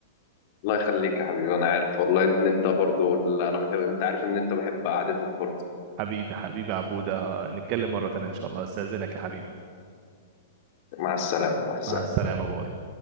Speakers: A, on the left; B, on the right.
A: الله يخليك يا حبيبي انا عارف والله ان انت برضو انا بحب انت عارف ان انت بحب قعدتك برضو
B: حبيبي حبيبي عبودة نتكلم مرة تانية ان شاء الله استاذنك يا حبيبي
A: مع السلامة مع السلامة
B: مع السلامة باي